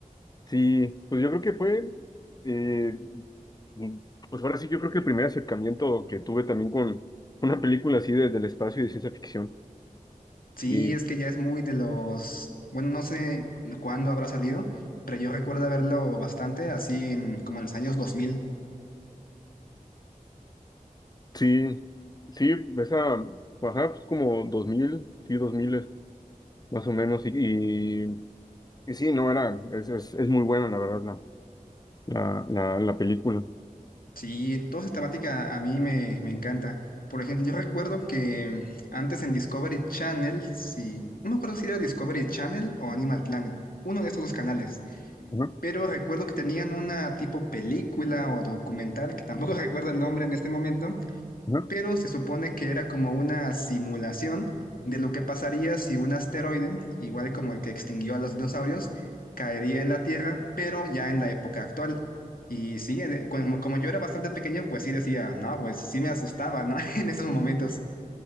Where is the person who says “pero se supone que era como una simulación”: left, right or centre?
Left